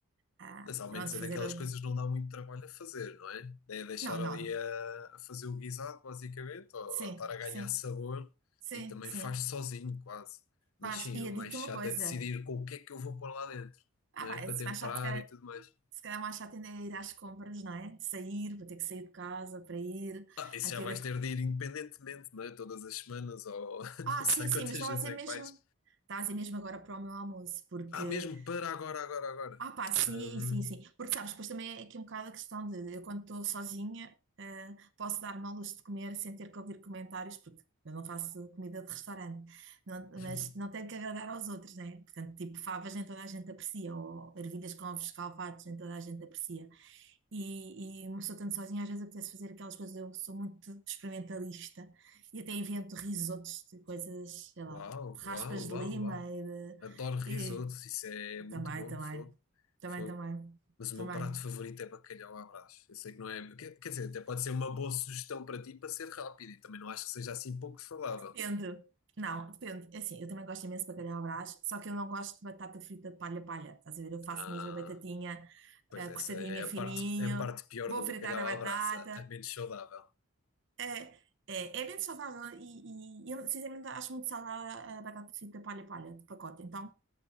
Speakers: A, on the right; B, on the left.
A: ah,
B: Mas ao
A: pronto,
B: menos é
A: fazer
B: daquelas
A: ali.
B: coisas que não dá muito trabalho a fazer, não é? É deixar
A: Não, não,
B: ali a, a fazer o guisado, basicamente, ou,
A: sim,
B: ou estar a ganhar
A: sim,
B: sabor
A: sim,
B: e também
A: sim.
B: faz sozinho, quase. Mas
A: Faz.
B: sim,
A: E
B: o
A: eu
B: mais
A: digo-te
B: chato
A: uma coisa:
B: é decidir com o que é que eu vou pôr lá dentro,
A: ah,
B: não
A: pá,
B: é?
A: é
B: Para temperar
A: mais chato, se calhar,
B: e tudo mais.
A: se calhar mais chato ainda é ir às compras, não é? Sair, vou ter que sair de casa para ir,
B: Ah, isso
A: aqui
B: já vais ter de ir independentemente, não é? Todas as semanas ou <laughs>
A: Ah,
B: não sei
A: sim, sim,
B: quantas
A: mas estava
B: vezes
A: a dizer
B: é
A: mesmo.
B: que vais.
A: Estava a dizer mesmo agora para o meu almoço, porque.
B: Ah, mesmo para agora, agora, agora.
A: Ah, pá, sim,
B: Hum.
A: sim, sim. Porque sabes, depois também é aqui um bocado a questão de eu, quando estou sozinha, eh, posso dar-me ao luxo de comer sem ter que ouvir comentários, porque eu não faço comida de restaurante. Não-
B: <laughs>
A: mas não tenho que agradar aos outros, né? Portanto, tipo, favas nem toda a gente aprecia, ou ervilhas com ovos escalfados nem toda a gente aprecia. E, e uma pessoa estando sozinha às vezes apetece fazer aquelas coisas. Eu sou muito experimentalista e até invento risotos de coisas, sei
B: Uau,
A: lá, de
B: uau,
A: raspas de
B: uau,
A: lima
B: uau.
A: e,
B: Adoro
A: de,
B: risotos, isso é
A: e
B: muito
A: também,
B: bom,
A: também,
B: fogo,
A: também,
B: fogo.
A: também,
B: Mas o
A: também.
B: meu prato favorito é bacalhau à Brás. Eu sei que não é. Quer, quer dizer, até pode ser uma boa sugestão para ti para ser rápido e também não acho que seja assim pouco falável.
A: Depende. Não, depende. É Assim, eu também gosto imenso de bacalhau à Brás, só que eu não gosto de batata frita de palha-palha. Estás a ver? Eu faço
B: Ah,
A: mesmo a batatinha
B: pois
A: eh,
B: essa
A: cortadinha
B: é a
A: fininho,
B: parte, a parte pior
A: vou
B: do
A: fritar
B: bacalhau
A: a batata.
B: à Brás, a a menos saudável.
A: É, é, é bem saudável e, e eu sinceramente acho muito saudável a batata frita palha-palha de pacote, então